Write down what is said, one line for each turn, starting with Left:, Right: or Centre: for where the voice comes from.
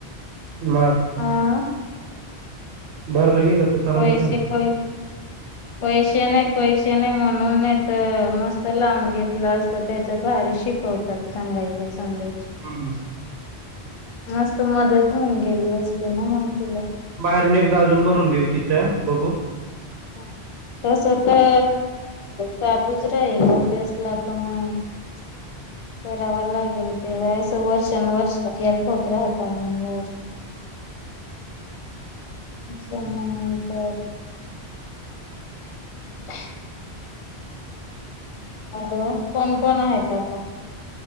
Right: मग
Left: हा
Right: भरलं गेलं तो चांगला
Left: पैसे
Right: राहिला असता.
Left: पै पैसे नाही, पैसे नाही म्हणून नाही तर, मस्त लावून घेतलं असत त्याच् भारी शिक होतात, सांगायचं संधी
Right: हम
Left: मस्त मदत होऊन गेली असती ना, मंग तिला.
Right: बाहेरून एकदा अजून भरून देऊ तिचा, बघू.
Left: ह तस तर, चालूच राहील अभ्यासला पण <unintelligible> ते मी असं वर्षान वर्ष येत होत राहता मंग <unintelligible> जमा
Right: हम्म.
Left: नंतर <unintelligible> हॅलो, कोण-कोण आहेत आता?